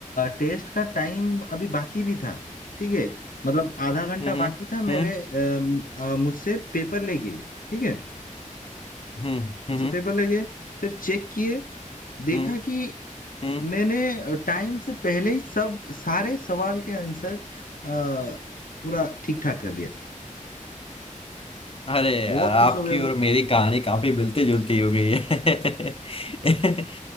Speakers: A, on the left (about 85°); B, on the left (about 45°).
A: टेस्ट का टाइम अभी बाकी भी था ठीक है मतलब आधा घंटा
B: हम्म हम्म
A: बाकी था मेरे
B: हम्म
A: अम, अ, मुझसे पेपर ले गए ठीक है
B: हम्म
A: मुझसे
B: हम्म
A: पेपर ले गए फिर चेक किए देखा
B: हम्म
A: कि
B: हम्म
A: मैंने टाइम से पहले ही सब सारे सवाल के आंसर अ, पूरा ठीक ठाक कर दिया
B: अरे यार
A: बहुत खुश
B: आपकी
A: हो गए
B: और
A: वो
B: मेरी कहानी काफी मिलती जुलती हो गई है <laughs>